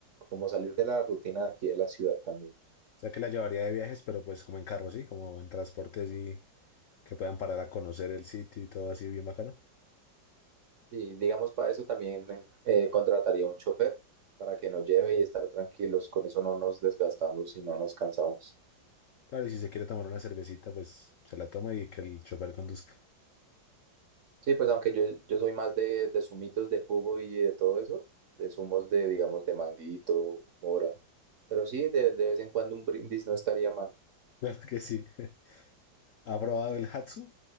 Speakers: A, on the right; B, on the left.
A: como salir de la rutina de aquí de la ciudad también.
B: O sea, que la llevaría de viajes, pero pues como en carro, ¿sí? Como en transportes y que puedan parar a conocer el sitio y todo así bien bacano.
A: Y digamos, para eso también eh, contrataría un chofer para que nos lleve y estar tranquilos. Con eso no nos desgastamos y no nos cansamos.
B: Claro, y si se quiere tomar una cervecita, pues se la toma y que el chofer conduzca. <laughs>
A: Sí, pues aunque yo, yo soy más de, de zumitos de jugo y de todo eso, de zumos de, digamos, de manguito, mora. Pero sí, de, de vez en cuando un brindis no estaría mal.
B: Claro que sí. <laughs> ¿Ha probado el Hatsu,